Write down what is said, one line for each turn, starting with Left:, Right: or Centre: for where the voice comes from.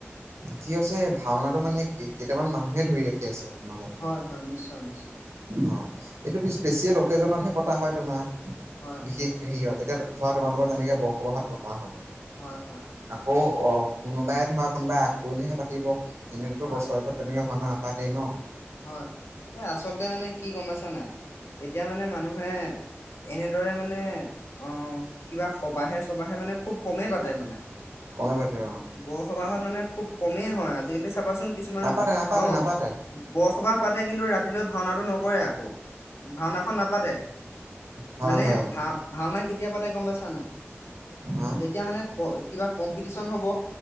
Right: কি হৈছে ভাওনাটো মানে কেইটামান মানুহে ধৰি ৰাখি আছে সমাজত।
Left: হয় হয় নিশ্চয় নিশ্চয়
Right: অঁ। এইটো স্পেচিয়েল অ'কেজনতহে পতা হয়, তোমাৰ
Left: হয়
Right: বিশেষ
Left: হয়
Right: হেৰিয়ত এতিয়া ধৰা, তোমালোকৰ যেনেকৈ বসবাহত পতা। আকৌ
Left: হয় হয়
Right: অঁ, কোনোবাই ধৰা কোনোবাই আগ কৰিলেহে পাতিব এনেততো
Left: হয়
Right: বছৰেকত তেনেকে ভাওঁনা নাপাতি। তেনেকে নহঁ।
Left: হয় এ আচলতে মানে কি গম পাইছা নাই এতিয়া মানে মানুহে এনেদৰে মানে আহ কিবা সবাহে চবাহে মানে খুব
Right: <unintelligible>
Left: কমেই পাতে মানে
Right: অহ <unintelligible>
Left: বৰসবাহত মানে খুব কমেই হয় আজিকালি চাবাচোন কিছুমান
Right: নাপাতে- নাপাতে
Left: অ
Right: -নাপাতে
Left: বৰসবাহ পাতে কিন্তু ৰাতিলৈ ভাওনাটো নকৰে আকৌ ভাওনাখন নাপাতে
Right: হয়
Left: মানে
Right: হয়
Left: ভা- ভাওঁনা কেতিয়া পাতে গম পাইছা নে নাই।
Right: হা
Left: যেতিয়া মানে ক কিবা কম্পিটিচন হ'ব